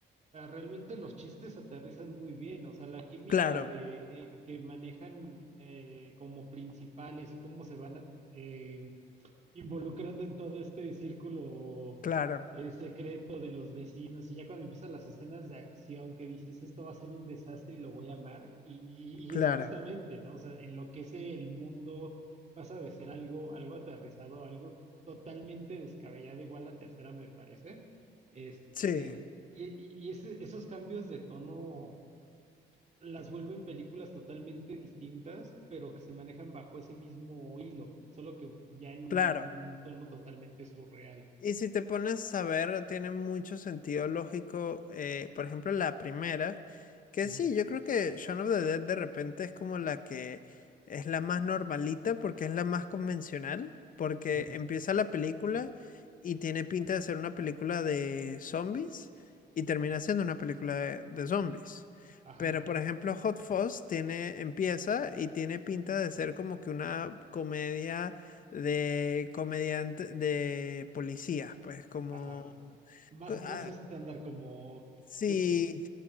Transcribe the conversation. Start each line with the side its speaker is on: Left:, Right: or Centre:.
Right: ah, realmente los chistes aterrizan muy bien, o sea, la química
Left: Claro,
Right: de eh, que manejan eh, como principales y cómo se van a, eh, involucrando en todo este círculo
Left: claro,
Right: eh, secreto de los vecinos. Y ya cuando empiezan las escenas de acción que dices, esto va a ser un desastre y lo voy a amar. Y, y-
Left: claro.
Right: y es justamente, ¿no? O sea, enloquece el mundo, pasa de ser algo, algo aterrizado, algo totalmente descabellado, igual la tercera me parece. Este,
Left: Sí,
Right: y, y- y ese- esos cambios de tono las vuelven películas totalmente distintas, pero que se manejan bajo ese mismo hilo, solo que ya en un,
Left: claro.
Right: en un tono totalmente surreal.
Left: Y si te pones a ver, tiene mucho sentido lógico, eh, por ejemplo, la primera, que
Right: Ujú,
Left: sí, yo creo que Shaun of the Dead de repente es como la que es la más normalita porque es la más convencional, porque
Right: ujú.
Left: empieza la película y tiene pinta de ser una película de zombies y termina siendo una película de, de zombies.
Right: Ajá,
Left: Pero por ejemplo, Hot Fuzz tiene, empieza y tiene pinta de ser como que una comedia de comediante, de policías, pues como...
Right: ajá. Más,
Left: co-
Right: más
Left: ah,
Right: estándar, como
Left: Sí,
Right: que,